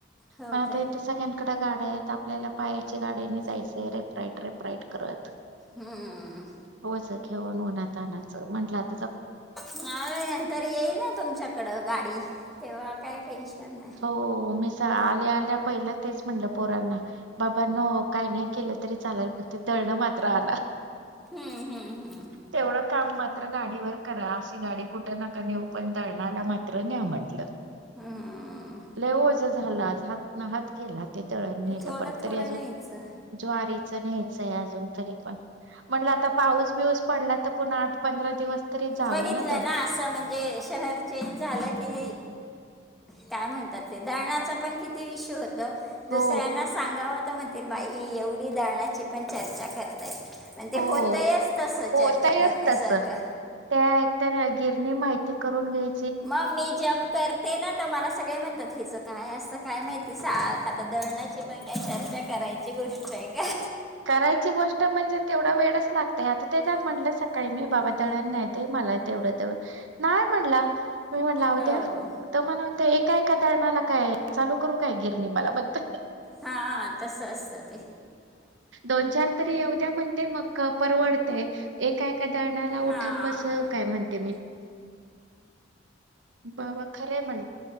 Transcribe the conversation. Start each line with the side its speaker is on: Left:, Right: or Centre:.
Centre: हो
Right: पण आताथे
Centre: काय
Right: सगळ्यां इकड्या गाड्या आहेत आपल्याला पायाच्या गाड्याने जायच रेपराईट रेपराईट करत.
Centre: हम्मममम.
Right: वज घेऊन उन्ह आणनाच म्हट.
Centre: म नंतर येईल ना तुमच्याकडं गाडी तेव्हा काही टेन्शन नाही.
Right: हो मी स आले आले. पहिलं तेच म्हणलं पोरांना बाबा न काय नाही केलं तरी चालायल ते धरणं मात्र आ
Centre: हम्म, हम्म, हम्म.
Right: तेवढं. काम मात्र गाडीवर करा अशी गाडी कुठं नका नेऊ पण तळणाला मात्र नाही म्हटलं.
Centre: हम्म.
Right: लेवज झाला हात न हात गेला. ते दळण नेलं
Centre: थोडं
Right: पण तरी
Centre: थोडं
Right: अजून
Centre: न्यायचं
Right: ज्वारीच न्यायचंय अजून तरी पण म्हणलं आता पाऊस बिऊस पडला तर पुन्हा आठ पंधरा दिवस तरी जावं
Centre: बघितलं
Right: दळण
Centre: ना असं म्हणजे शहर चेंज झालं की काय म्हणतात ते दळणाचा पण किती इशू होत
Right: हो
Centre: दुसऱ्यांना सांगाव म्हतील बाई एवढी दळणाची पण चर्चा करतायत. मण ते
Right: हो
Centre: होतयच तस
Right: होतयच
Centre: चर्चा करण्यासारखं
Right: तस त्या एक तरर गिरणी माहिती करून घ्या.
Centre: मग मी जप करते ना तर मला सगळे म्हणतात हिचं काय असतं काय माहिती साख आता दळणाची पण त्या चर्चा करायची गोष्ट आहे का.
Right: करायची गोष्ट म्हणजे तेवढा वेळच लागतय आता ते म्हटलं सकाळी मी बाबा दळण नाही ते म तेवढं तेवढं नाही म्हणला मी म्हटलं अद्या
Centre: हो
Right: तर मला एका एका रणाला काय चालू करू काय गिरणी मला बत
Centre: हा तस असतं ते
Right: दोन-चार तरी येऊ द्या म्हणते मग परवडतेय एका-एका दळणाला
Centre: हां
Right: उठत बस काय म्हणते मी. बाबा खरे म्हणे.